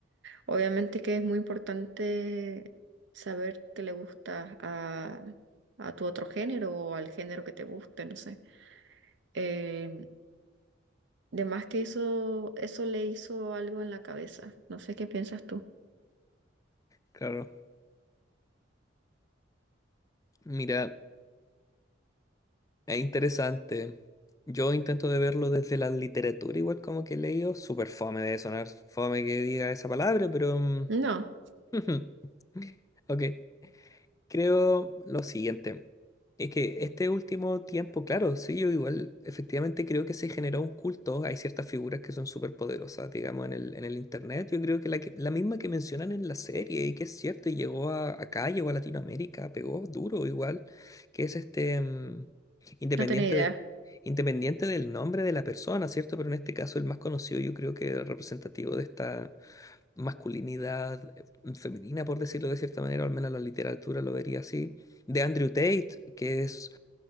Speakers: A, on the right; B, on the left.
A: Obviamente que es muy importante saber qué le gusta a, a tu otro género o al género que te guste, no sé. Eh, de más que eso, eso le hizo algo en la cabeza. No sé qué piensas tú.
B: Claro. Mira. Es interesante. Yo intento de verlo desde la literatura, igual como que he leído. Súper fome de sonar, fome que diga esa palabra, pero... mm,
A: No,
B: <laughs> Ok. Creo lo siguiente, es que este último tiempo, claro, sí, yo igual, efectivamente creo que se generó un culto, hay ciertas figuras que son súper poderosas, digamos, en el, en el internet, yo creo que la, que la misma que mencionan en la serie, y que es cierto, y llegó a, acá, llegó a Latinoamérica, pegó duro igual, que es este, mm, independiente
A: no tenía idea.
B: de- independiente del nombre de la persona, ¿cierto? Pero en este caso el más conocido, yo creo que representativo de esta masculinidad eh, mm, femenina, por decirlo de cierta manera, o al menos la literatura lo vería así, de Andrew Tate, que es,